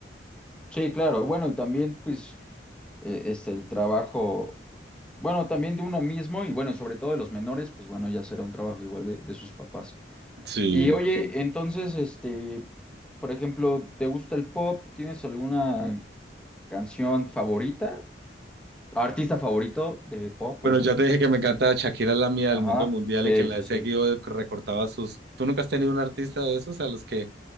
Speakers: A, in the centre; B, on the right.
A: Sí, claro. Bueno, y también pues eh, este el trabajo, bueno, también de uno mismo y bueno, sobre todo de los menores, pues bueno, ya será un trabajo igual de, de sus papás.
B: Sí,
A: Y oye, entonces, este, por ejemplo, ¿te gusta el pop? ¿Tienes alguna canción favorita? ¿Artista favorito de pop,
B: Bueno,
A: por ejemplo?
B: ya te dije que me encanta Shakira, la mía
A: Ajá,
B: del mundo mundial
A: sí,
B: y que la
A: sí,
B: he
A: sí.
B: seguido, que recortaba sus... ¿Tú nunca has tenido un artista de esos a los que